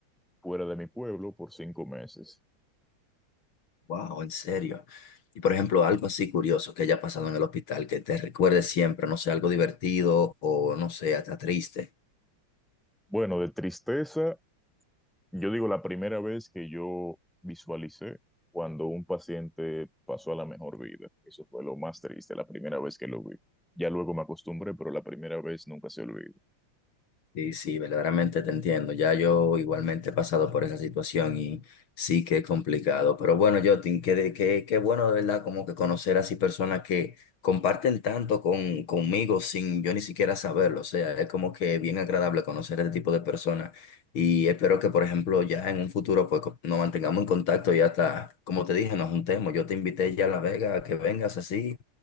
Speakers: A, in the centre; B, on the left.
A: fuera de mi pueblo por cinco meses.
B: Wow, en serio. Y por ejemplo, algo así curioso que haya pasado en el hospital, que te recuerde siempre, no sé, algo divertido o no sé, hasta triste.
A: Bueno, de tristeza. Yo digo, la primera vez que yo visualicé cuando un paciente pasó a la mejor vida, eso fue lo más triste, la primera vez que lo vi. Ya luego me acostumbré, pero la primera vez nunca se olvida.
B: Sí, sí, verdaderamente te entiendo. Ya yo igualmente he pasado por esa situación y sí que es complicado. Pero bueno, Jotin, qué, de- qué, qué bueno de verdad como que conocer así personas que comparten tanto con, conmigo sin yo ni siquiera saberlo. O sea, es como que bien agradable conocer este tipo de personas. Y espero que, por ejemplo, ya en un futuro pues co- nos mantengamos en contacto y hasta, como te dije, nos juntemos. Yo te invité ya a La Vega a que vengas así